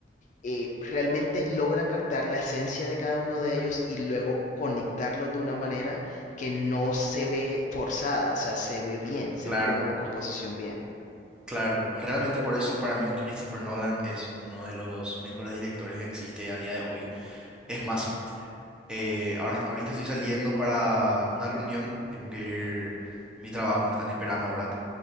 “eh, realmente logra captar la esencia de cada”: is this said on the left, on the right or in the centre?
Left